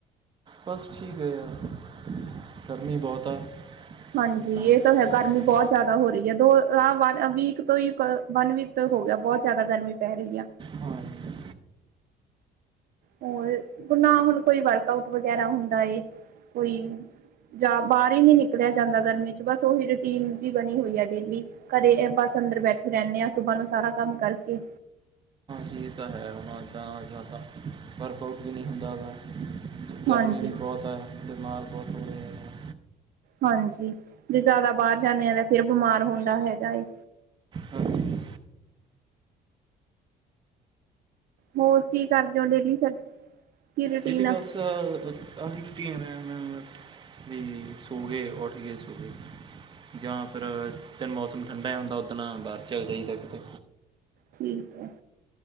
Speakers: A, on the right; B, on the right.
A: ਬਸ ਠੀਕ ਹੈ ਯਾਰ, ਗਰਮੀ ਬਹੁਤ ਆ
B: ਹਾਂਜੀ,
A: ਜਿੱਦਾਂ
B: ਇਹ ਤਾਂ ਹੈ
A: ਮੇਰੇ
B: ਗਰਮੀ
A: ਕੋਲ।
B: ਬਹੁਤ ਜ਼ਿਆਦਾ ਹੋ ਰਹੀ ਹੈ, ਦੋਹ ਵ ਵੀਕ ਤੋਂ ਹੀ ਵਨ ਵੀਕ ਤੇ ਹੋ ਗਿਆ, ਬਹੁਤ ਜ਼ਿਆਦਾ ਗਰਮੀ ਪੈ ਰਹੀ ਐ।
A: ਹਾਂਜੀ
B: ਹੋਰ ਨਾ ਹੁਣ ਕੋਈ ਵਰਕ ਆਊਟ ਵਗੈਰਾ ਹੁੰਦਾ ਹੈ, ਕੋਈ ਜਾਂ ਬਾਹਰ ਹੀ ਨਹੀਂ ਨਿਕਲਿਆ ਜਾਂਦਾ ਗਰਮੀ 'ਚ, ਬਸ ਉਹੀ ਰੂਟੀਨ ਜਿਹੀ ਬਣੀ ਹੋਈ ਹੈ ਡੇਲੀ ਘਰੇ ਬਸ ਅੰਦਰ ਬੈਠੇ ਰਹਿੰਦੇ ਆਾਂ, ਸੁਬਾਹ ਨੂੰ ਸਾਰਾ ਕੰਮ ਕਰਕੇ
A: ਏਹ ਤਾਂ ਹੈ, ਹੋਣਾ ਇੱਦਾਂ ਜ਼ਿਆ ਤਾਂ ਵਰਕਆਊਟ ਵੀ ਨਹੀਂ ਹੁੰਦਾ ਹੈਾ ਗਰਮੀ
B: ਹਾਂਜੀ
A: ਵੀ ਬਹੁਤ ਹੈ, ਬਿਮਾਰ ਬਹੁਤ ਹੋ ਰਹੇ ਨੇ
B: ਹਾਂਜੀ, ਜੇ ਜ਼ਿਆਦਾ ਬਾਹਰ ਜਾਂਦੇ ਆ, ਤਾਂ ਫਿਰ ਬਿਮਾਰ ਹੁੰਦਾ ਹੈਗਾ ਏ।
A: ਹਾਂਜੀ
B: ਹੋਰ ਕੀ ਕਰਦੇ ਹੋ ਡੇਲੀ ਫਿਰ ਕੀ ਰੂਟੀਨ
A: ਇਹਦੀ
B: ਆ
A: ਬਸ ਅਸੀ <unintelligible> ਵੀ ਸੌਂ ਗਏ, ਉੱਠ ਗਏ, ਸੌਂ ਗਏ ਜਾਂ ਫਿਰ ਜਿਸ ਦਿਨ ਮੌਸਮ ਠੰਡਾ ਜ ਹੁੰਦਾ, ਉਸ ਦਿਨ ਬਾਹਰ ਚੱਲ ਜਾਈਦਾ ਕਿਤੇ
B: ਠੀਕ ਹੈ,